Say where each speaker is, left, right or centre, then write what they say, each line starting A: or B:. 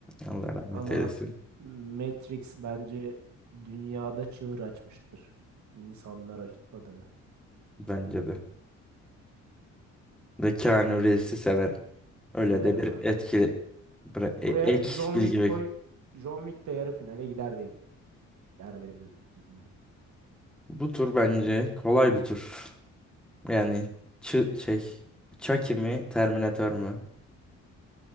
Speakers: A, in the centre; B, on the right.
A: Allah rahmet
B: Ama
A: eylesin.
B: Matrix bence dünyada çığır açmıştır. insanlar ac- adına.
A: Bence de. Ve Keanu Reeves'i severim. Öyle
B: Severim
A: de bir
B: abi.
A: etkili bıra- e-
B: Buraya
A: ek
B: John
A: bilgi.
B: Wick
A: ver-
B: koy. John Wick de yarı finale gider diye Yani benim gözümde.
A: Bu tur bence kolay bir tur. Yani çı- şey Chucky mi Terminator mu?